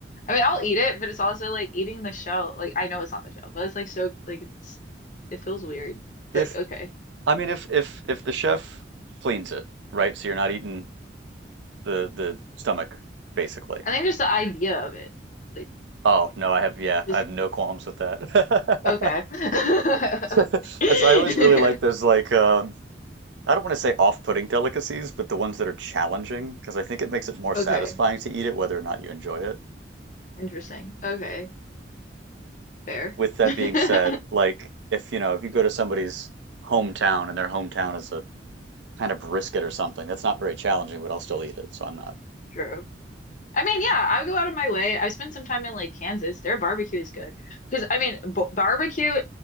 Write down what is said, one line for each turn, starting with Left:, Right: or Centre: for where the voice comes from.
Left: I mean I'll eat it, but it's also like eating the shell. Like I know it's not the shell, but it's like so like it's it feels weird.
Right: If
Left: But okay.
Right: I mean if if if the chef cleans it, right? So you're not eating the the stomach basically.
Left: I think just the idea of it. Like
Right: Oh, no, I have yeah,
Left: just
Right: I have no qualms with that.
Left: Okay. <laughs>
Right: <laughs>
Left: Okay.
Right: That's I always really like those
Left: <laughs>
Right: like um I don't want to say off-putting delicacies, but the ones that are challenging because I think it makes it more
Left: Okay.
Right: satisfying to eat it whether or not you enjoy it.
Left: Interesting. Okay. Fair.
Right: with that
Left: <laughs>
Right: being said, like if you know if you go to somebody's hometown and their hometown is a kind of brisket or something, that's not very challenging, but I'll still eat it, so I'm not.
Left: True. I mean, yeah, I go out of my way. I spent some time in like Kansas. Their barbecue is good. Because I mean, b barbecue